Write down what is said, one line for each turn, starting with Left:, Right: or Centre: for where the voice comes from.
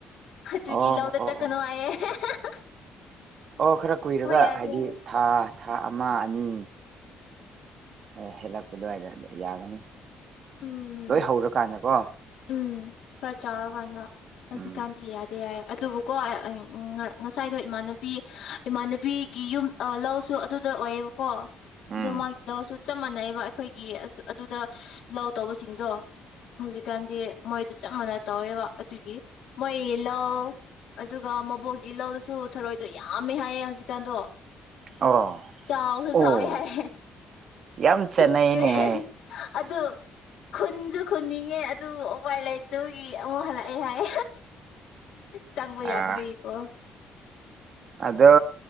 Left: ꯇꯨꯒꯤ
Right: ꯑꯣ
Left: ꯂꯧꯗ
Right: ꯑꯣ
Left: ꯆꯠꯀꯅꯨ
Right: ꯑꯣ
Left: ꯍꯥꯏꯌꯦ ꯍꯥꯍꯥꯍꯥ
Right: ꯑꯣ ꯈꯔ ꯀꯨꯏꯔꯒ
Left: ꯌꯥꯗꯦ
Right: ꯍꯥꯏꯕꯗꯤ
Left: ꯍꯥꯏꯌꯦ
Right: ꯊꯥ ꯊꯥ ꯑꯃ ꯑꯅꯤ ꯑꯦ ꯍꯦꯜꯂꯛꯄ ꯑꯗꯨꯋꯥꯏꯗ ꯑꯗꯨ ꯌꯥꯒꯅꯤ
Left: ꯎꯝ
Right: ꯂꯣꯏ ꯍꯧꯔꯀꯥꯟꯗꯀꯣ
Left: ꯎꯝ ꯈꯔ ꯆꯥꯎꯔꯀꯥꯟꯗ ꯍꯧꯖꯤꯛꯀꯥꯟꯗꯤ
Right: ꯎꯝ
Left: ꯌꯥꯗꯦ ꯌꯥꯏ ꯑꯗꯨꯕꯨꯀꯣ ꯉꯁꯥꯏꯗꯣ ꯏꯃꯥꯟꯅꯕꯤ ꯏꯃꯥꯟꯅꯕꯤꯒꯤ ꯌꯨꯝ ꯂꯧꯁꯨ ꯑꯗꯨꯗ ꯑꯣꯏꯌꯦꯕꯀꯣ ꯑꯗꯨ
Right: ꯎꯝ
Left: ꯃꯥꯒꯤ ꯂꯧꯁꯨ ꯆꯞ ꯃꯥꯟꯅꯩꯑꯕ ꯑꯩꯈꯣꯏꯒꯤ ꯑꯗꯨꯗ ꯂꯧ ꯇꯧꯕꯁꯤꯡꯗꯣ ꯍꯧꯖꯤꯛꯀꯥꯟꯗꯤ ꯃꯣꯏꯗ ꯆꯞ ꯃꯥꯟꯅ ꯇꯧꯋꯦꯕ ꯑꯗꯨꯒꯤ ꯃꯣꯏ ꯌꯦꯍ ꯑꯗꯨꯒ ꯃꯕꯣꯛꯒꯤ ꯂꯧꯗꯨꯁꯨ ꯊꯔꯣꯏꯗꯣ ꯌꯥꯝꯃꯦ ꯍꯥꯏꯌꯦ ꯍꯧꯖꯤꯛꯀꯥꯟꯗꯣ
Right: ꯑꯣ
Left: ꯆꯥꯎꯁꯨ
Right: ꯑꯣ
Left: ꯆꯥꯎꯋꯦ ꯍꯥꯏ
Right: ꯌꯥꯝ ꯆꯥꯟꯅꯩꯅꯦꯍꯦ
Left: ꯏꯁꯀ꯭ꯔꯦ ꯑꯗꯨ ꯈꯨꯟꯁꯨ ꯈꯨꯟꯅꯤꯡꯉꯦ ꯑꯗꯨ ꯎꯄꯥꯏ ꯂꯩꯥꯏꯇꯨꯒꯤ ꯑꯃꯨꯛ ꯍꯜꯂꯛꯑꯦ ꯍꯥꯏ ꯆꯪꯕ
Right: ꯑꯥ
Left: ꯌꯥꯗꯕ ꯏꯀꯣ
Right: ꯑꯗꯣ